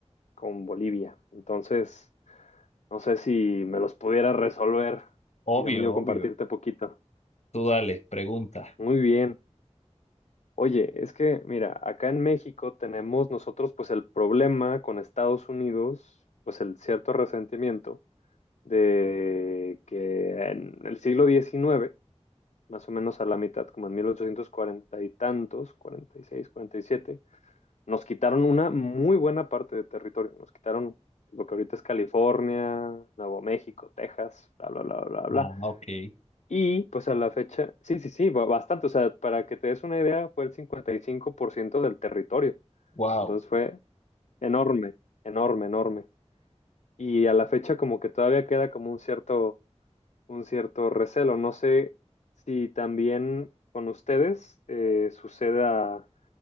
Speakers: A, on the left; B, on the left.
A: con Bolivia. Entonces, no sé si me los pudiera resolver
B: Obvio,
A: y también yo
B: obvio.
A: compartirte poquito.
B: Tú dale, pregunta.
A: Muy bien. Oye, es que, mira, acá en México tenemos nosotros pues el problema con Estados Unidos, pues el cierto resentimiento de que en el siglo XIX, más o menos a la mitad, como en 1840 y tantos, 46, 47, nos quitaron una muy buena parte de territorio, nos quitaron lo que ahorita es California, Nuevo México, Texas, bla, bla, bla, bla, bla.
B: Ah, ok.
A: Y pues a la fecha, sí, sí, sí, ba- bastante. O sea, para que te des una idea, fue el 55% del territorio.
B: Wow.
A: Entonces fue enorme, enorme, enorme. Y a la fecha como que todavía queda como un cierto, un cierto recelo. No sé si también con ustedes eh, suceda,